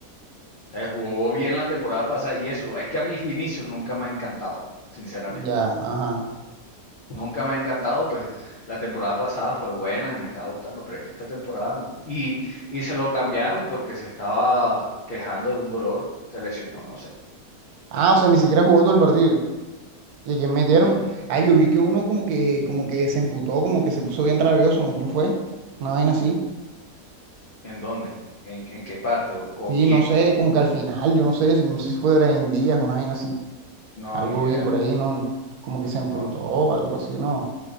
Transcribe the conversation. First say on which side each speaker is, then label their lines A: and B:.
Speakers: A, on the left; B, on the right.
A: O sea, jugó bien la temporada pasada y eso, es que a mí Vinicius nunca me ha encantado, sinceramente.
B: Ya, ajá.
A: Nunca me ha encantado, pues la temporada pasada fue buena y me estaba gustando, pero es que esta temporada no. Y, y se lo cambiaron porque se estaba quejando de un dolor, se lesionó, no sé.
B: Ah, o sea, ni siquiera jugó todo el partido. ¿Y a quién metieron?
A: No,
B: Ah, yo vi que uno como que, como que se emputó, como que se puso bien rabioso, ¿no? ¿Quién fue? Una vaina así.
A: ¿en dónde? ¿En, en qué parte? ¿O, o
B: Sí,
A: quién?
B: no sé, como que al final, yo no sé, si- no sé si fue Brian Díaz, una vaina así.
A: No,
B: Algo
A: ni idea,
B: vi por
A: ni
B: ahí,
A: idea.
B: ¿no? Como que se emputó,
A: No,
B: algo así, ¿no?